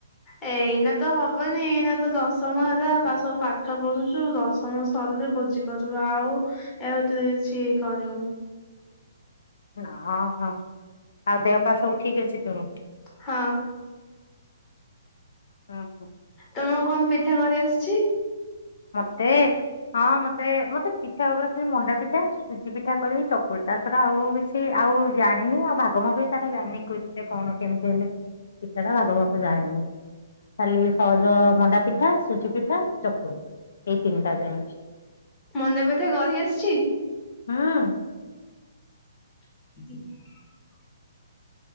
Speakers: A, on the left; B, on the left.
A: ଏଇନା ତ ହବନି ଏଇନା ତ ଦଶମ ହେଲା ବା ସବୁ ପାଠ ପଢୁଚୁ ଦଶମ ସରିଲେ ଭୋଜି। କରିବୁ ଆଉ ଏ ହିତରେ କିଛି କରିବୁନି।
B: ହୁଁ ହଁ ହଁ ଆଉ ଦେହ ପା ସବୁ ଠିକ୍ ଅଛି ତୋର।
A: ହଁ।
B: ହଁ ହଁ।
A: ତୁମକୁ କଣ ପିଠା କରି ଆସୁଚି।
B: ମତେ ହଁ ମତେ ମତେ ପିଠ ଉପରେ ଖାଲି ମଣ୍ଡା ପିଠା ସୁଜି ପିଠା କରିବି ଚକୁଳି ତା ଛଡା ଆଉ କିଛି ଆଉ ଜାଣିନି ଆଉ ଭାଗମାପ ବି ତାର ଜାଣିନି। ସେ କଣ କେମିତି ହେଲେ ପଠା ଟା ଭାଗମାପ ଜାଣିନି। ଖାଲି ସହଜ ମଣ୍ଡା ପିଠା ସୁଜି ପିଠା ଚକୁଳି ଏଇ ତିନିଟା ଯାଣିଚି।
A: ମୁଣ୍ଡା ପିଠା କରି ଆସୁଚି।
B: ହଁ।
A: ହ